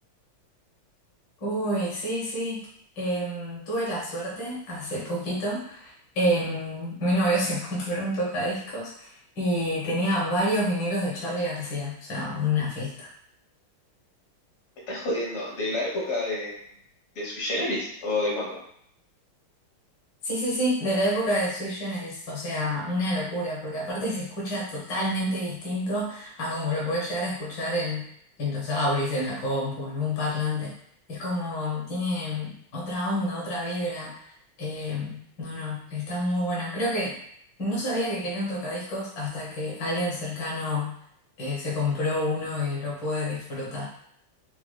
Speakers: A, on the left (about 60°); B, on the left (about 80°).
A: Uy, sí, sí. Em, tuve la suerte hace poquito. em, mi novio se <laughs> compró un tocadiscos y tenía varios vinilos de Charly García, o sea, una fiesta.
B: ¿Me estás jodiendo? ¿De la época de, de Sui Generis o de cuándo?
A: Sí, sí, sí, de la época de Sui Generis, o sea, una locura, porque aparte se escucha totalmente distinto a como lo puedes llegar a escuchar en, en los auris, en la compu, en un parlante. Es como, tiene otra onda, otra vibra. Eh, no, no, está muy bueno. Creo que no sabía que quería un tocadiscos hasta que alguien cercano eh, se compró uno y lo pude disfrutar.